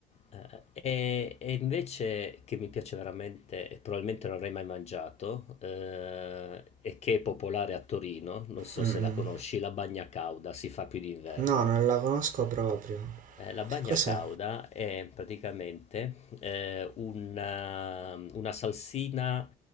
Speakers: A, on the left; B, on the right.
A: Eh, E, e invece che mi piace veramente, e probabilmente non avrei mai mangiato, eh, e che è popolare a Torino, non so
B: Mm-mm.
A: se la conosci, la bagna cauda si fa più d'inverno.
B: No, non la conosco proprio.
A: Eh, la bagna
B: Che cos'è?
A: cauda è praticamente, ehm, una una salsina,